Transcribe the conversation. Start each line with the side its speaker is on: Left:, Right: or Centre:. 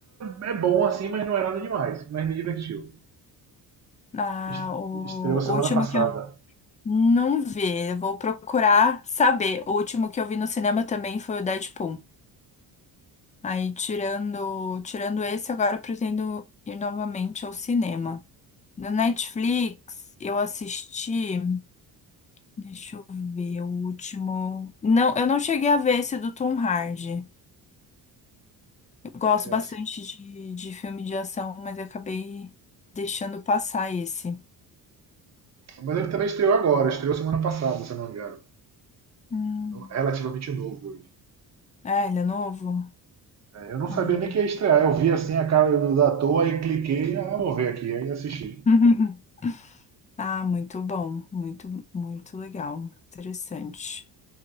Right: é, é bom assim, mas não é nada demais, mas me divertiu.
Left: ah,
Right: Est-
Left: o,
Right: Estreou semana
Left: o último
Right: passada.
Left: que eu não vi, eu vou procurar saber. O último que eu vi no cinema também foi o Deadpool. Aí, tirando, tirando esse, agora eu pretendo ir novamente ao cinema. No Netflix, eu assisti. Deixa eu ver, o último. Não, eu não cheguei a ver esse do Tom Hardy. Eu gosto
Right: É
Left: bastante
Right: assim.
Left: de, de filme de ação, mas eu acabei deixando passar esse.
Right: Mas ele também estreou agora, estreou semana passada, se eu não me engano.
Left: Hum.
Right: Então, Relativamente novo. ele.
Left: É, ele é novo?
Right: É, Eu não sabia
Left: Ah,
Right: nem que ia estrear. Eu vi assim a cara do da toa e cliquei, ah, vou ver aqui, aí assisti.
Left: <laughs> Ah, muito bom. Muito, muito legal. Interessante.